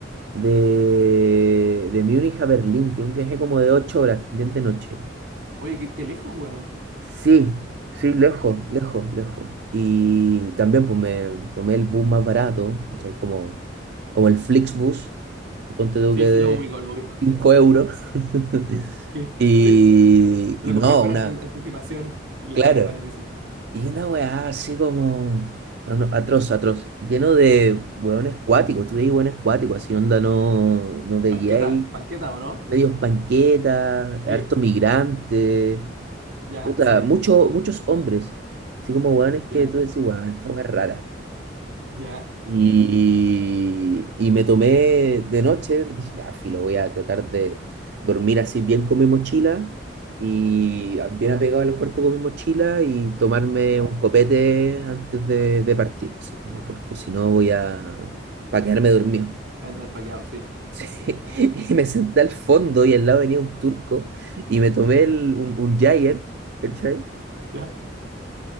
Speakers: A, on the right; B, on the right.
A: de,
B: Ya.
A: de Múnich a Berlín, que es un viaje como de ocho horas, también de noche.
B: Oye, qué, qué lejos, weón.
A: Sí, sí, lejos,
B: ¿Mm?
A: lejos, lejos. Y también pues me tomé el bus más barato, ¿cachai? Como, como el Flixbus, ponte tú
B: Sí,
A: que de
B: sí, los ubico, los ubico, sí.
A: 5
B: <laughs>
A: euros. <laughs>
B: Sí,
A: Y,
B: sí. Te
A: y
B: lo
A: no,
B: compré con
A: una,
B: ante- anticipación y la
A: claro.
B: weá es baratísima.
A: Y una weá así como ah, no, atroz, atroz, lleno de hueones cuáticos, tú veis hueones cuáticos, así onda no, no veíais,
B: Panqueta, panqueta, ¿o no?
A: medios panquetas,
B: Sí,
A: harto migrante
B: ya,
A: puta,
B: sí,
A: muchos muchos hombres, así como weones que
B: ya,
A: tú decís, weón, esta weá es rara.
B: ya,
A: Y,
B: ya,
A: y me tomé de noche, dije, ya, filo, voy a tratar de dormir así bien con mi mochila y bien apegado al cuerpo con mi mochila y tomarme
B: ya.
A: un copete antes de, de partir, así como, porque si no voy a, para quedarme dormido. <laughs>
B: Andar paqueado, sí.
A: Sí,
B: Sí,
A: Y me senté al fondo y al lado venía un turco y me tomé el- un, un Jager, ¿cachai?
B: ya. <laughs>